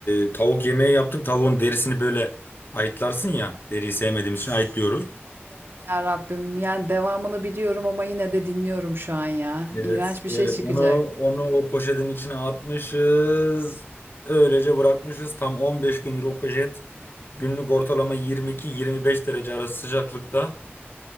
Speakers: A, on the left (about 55°); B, on the right (about 60°).
A: e, tavuk yemeği yaptık. Tavuğun derisini böyle ayıtlarsın ya deriyi sevmediğimiz
B: Of.
A: için ayıtlıyoruz.
B: Allah'ım ya Rabbim. Yani devamını biliyorum ama yine de dinliyorum şu an ya.
A: Evet,
B: İğrenç bir
A: evet
B: şey çıkacak.
A: onu onu o poşetin içine atmışız. Öylece bırakmışız. Tam 15 gündür o poşet günlük ortalama 22-25 derece arası sıcaklıkta